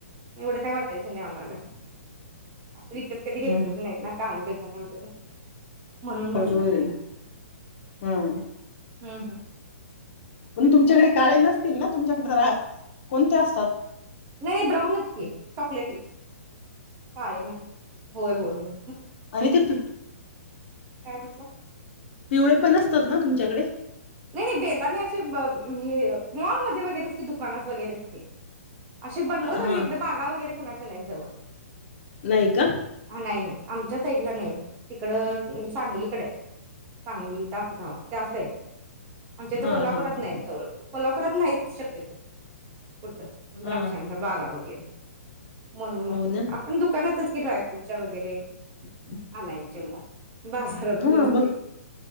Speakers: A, on the right (about 25°); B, on the left (about 50°).
A: एवढं काय वाटायचं नाही आम्हाला. विकत कधी घेतलेच
B: हा
A: नाहीत ना <unintelligible> <unintelligible> म्हणून म्हटलं
B: बरोबर हम.
A: हम् हम.
B: म्हण तुमच्याकडे काळ आहे न तीलना तुमच्याकडे जरा कोणते्या असतात.
A: नाही नाही ब्राऊनच की चॉकलेटी काले ना. होय, होय हो.
B: आणि ते प
A: काय म्हटलं
B: पिवळे पण असतात ना तुमच्याकडे?
A: नाही नाही बेदाने आणि असे हे मॉलमध्ये वगैरेच कि दुकानात वगैरेच की असे बनवत
B: हा
A: वगैरे इकडे बागा वगैरे कोणा जन आहेत जवळ.
B: नाहीय का.
A: हा नाही नाही आमच्या साईडला नाही तिकडं सांगलीकडे आहे सांगली तासधाव त्याच साईडला आमच्या
B: हां,
A: तर कोल्हापुरात
B: हां, हां.
A: नाहीत जवळकोन. कोल्हापुरात नाहीच शक्यतो. कुठ द्राक्षांच्या
B: हां,
A: बागा व गेरे. म्हणून म्हटलं
B: हो ना.
A: आपण दुकानातच कि ड्रायफ़ुटच्या वगैरे आणायचे म बाजारातूनचकी
B: हां, ब